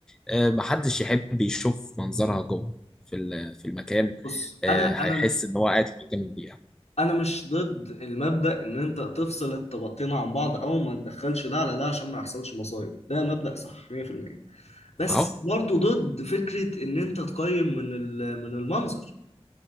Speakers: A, in the centre; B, on the left.
A: آه محدش يحب يشوف منظرها جوه في ال- في المكان
B: بص
A: آه
B: انا
A: هيحس
B: انا
A: ان هو قاعد في مكان مضيع
B: انا مش ضد المبدأ ان انت تفصل الطبقتين عن بعض او ما تدخلش ده على ده عشان ما يحصلش مصايب ده مبدأ صح 100% بس
A: اهو
B: برضه ضد فكرة ان انت تقيم من ال- من المنظر